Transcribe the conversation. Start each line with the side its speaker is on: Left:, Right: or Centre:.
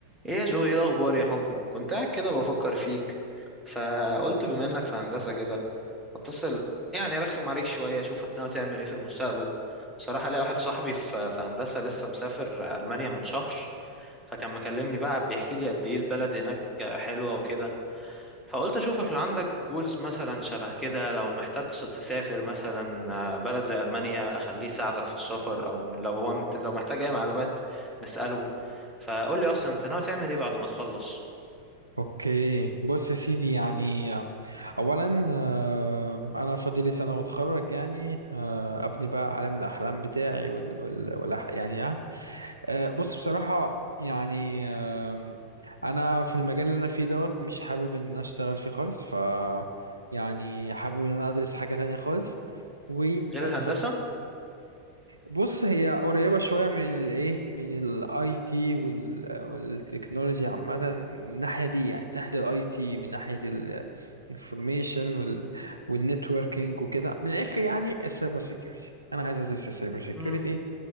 Centre: ايه يا جو ايه الاخبار يا حبي كنت قاعد كده بفكر فيك فقلت بما انك في هندسه كده اتصل يعني ارخم عليك شويه اشوفك ناوي تعمل ايه في المستقبل بصراحه ليا واحد صاحبي في في هندسه لسه مسافر المانيا من شهر فكان مكلمني بقى بيحكي لي قد ايه البلد هناك حلوه وكده فقلت اشوفك لو عندك جولز مثلا شبه كده لو محتاج س- تسافر مثلا آه، بلد زي المانيا اخليه يساعدك في السفر او لو هو مت- لو محتاج اي معلومات نساله فقول لي اصلا انت ناوي تعمل ايه بعد ما تخلص
Right: اوكي بص يا سيدي يعني آه، اولا آه، انا فاضلي سنه واتخرج يعني آه، ابني بقى عالم الاحلام بتاعي وال وال والأح- يعني اه آه، بص بصراحه يعني آم، انا في المجال اللي انا فيه دوت مش حابب ان انا اشتغل فيه خالص ف يعني حابب ان انا ادرس حاجه تانية خالص واتخصص
Centre: غير الهندسه
Right: بص هي قريبة شوية من الايه من الاي تي وال والتكنولوجي عامة من الناحية دي يعني من ناحية الاي تي من ناحية الانفورميشن وال والنتوركينج وكده من الاخر يعني السايبر سيكيورتي انا عايز ازيد السايبر سيكيورتي
Centre: امم